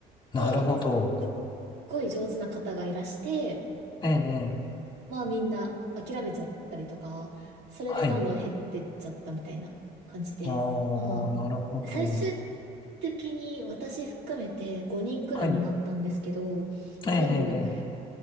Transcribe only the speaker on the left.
あ、
なるほど。
ええ、ええ
はい。ああ、
なるほど。
はい。ええ、
ええ